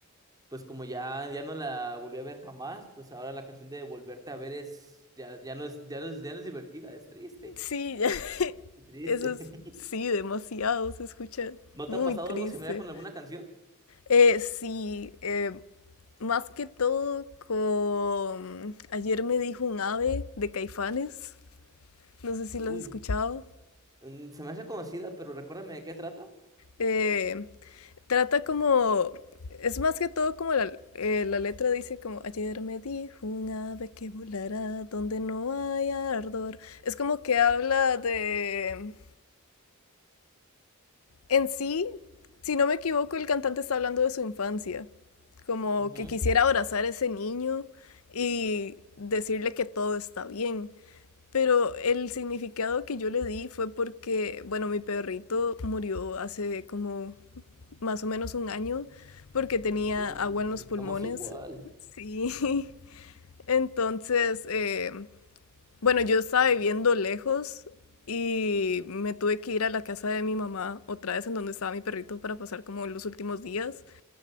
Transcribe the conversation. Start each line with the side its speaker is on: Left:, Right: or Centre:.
Right: pues como ya, ya no la volví a ver jamás, pues ahora la canción de Volverte a ver es, ya, ya no es, ya no es, ya no es divertida, es triste,
Left: Sí, <laughs> ya.
Right: triste.
Left: Eso es.
Right: <laughs>
Left: Sí, demasiado. Se escucha
Right: ¿No
Left: muy
Right: te ha pasado
Left: triste.
Right: algo similar con alguna canción?
Left: Eh, sí. eh, Más que todo con... Ayer me dijo un ave de Caifanes, no sé si
Right: Uy,
Left: lo has escuchado.
Right: mm, se me hace conocida, pero recuérdame de qué trata.
Left: Eh, trata como... Es más que todo como la, eh, la letra dice como ayer me dijo un ave que volará donde no haya ardor. Es como que habla de... En sí, si no me equivoco, el cantante está hablando de su infancia. Como
Right: Ujú.
Left: que quisiera abrazar a ese niño y decirle que todo está bien. Pero el significado que yo le di fue porque, bueno, mi perrito murió hace como más o menos un año porque tenía
Right: Uh,
Left: agua en los
Right: estamos
Left: pulmones.
Right: igual.
Left: Sí. <laughs> Entonces, eh, bueno, yo estaba viviendo lejos y me tuve que ir a la casa de mi mamá otra vez en donde estaba mi perrito para pasar como los últimos días.